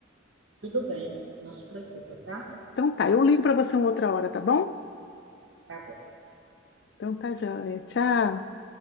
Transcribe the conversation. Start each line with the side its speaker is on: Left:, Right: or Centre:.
Right: Tudo bem, não se preocupa, tá?
Left: Então tá, eu ligo para você uma outra hora, tá bom?
Right: Tá bom.
Left: Então tá, joia. Tchau.